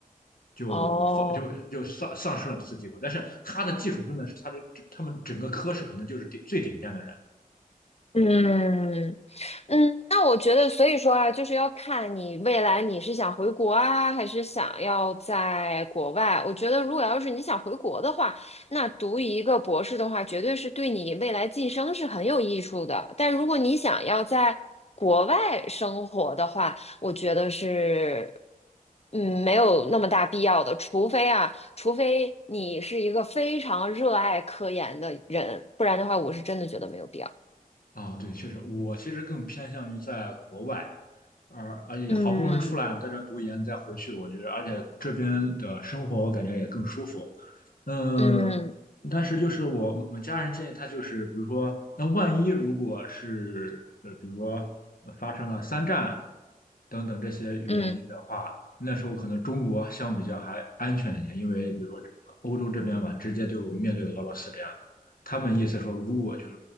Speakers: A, on the left; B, on the left.
A: 就放就就丧丧失了这次机会。
B: 哦
A: 但是他的技术真的是他的他们整个科室可能就是顶最顶尖的人
B: 嗯。嗯，那我觉得，所以说啊，就是要看你未来你是想回国啊，还是想要在国外。我觉得，如果要是你想回国的话，那读一个博士的话，绝对是对你未来晋升是很有益处的。但如果你想要在国外生活的话，我觉得是，嗯，没有那么大必要的。除非啊，除非你是一个非常热爱科研的人，不然的话，我是真的觉得没有必要。
A: 啊、对，确实，我其实更偏向于在国外。而而且好不容易出来，
B: 嗯
A: 在这读研再回去，我觉得，而且这边的生活我感觉也更舒服。嗯，
B: 嗯
A: 但是就是我我家人建议他，就是比如说，那万一如果是呃，比如说呃发生了三战等等这些原因的话，
B: 嗯。
A: 那时候可能中国相比较还安全一点，因为比如说这欧洲这边嘛，直接就面对俄罗斯这样的。他们意思说，如果就是